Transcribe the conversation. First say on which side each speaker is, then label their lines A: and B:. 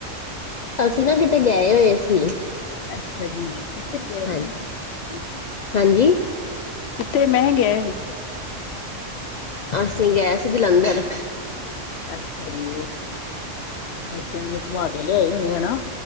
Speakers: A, on the left; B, on the left.
A: ਅਸੀਂ ਨਾਂ ਕਿਤੇ ਗਏ ਹੋਏ ਸੀ।
B: ਅੱਛਾ ਜੀ
A: ਹੁ
B: ਕਿੱਥੇ ਗਏ
A: ਹਾਂਜੀ ਹਾਂਜੀ,
B: ਕਿਤੇ ਮੈਂ ਗਏ ਨੀ,
A: ਅਸੀਂ ਗਏ ਸੀ ਜਲੰਧਰ।
B: ਅੱਛਾ ਜੀ ਉਹ, ਬੱਚਿਆਂ ਨੂੰ ਘੁਮਾ ਕੇ ਲਿਆਏ ਹੋਣੇਂ ਹੈ ਨਾ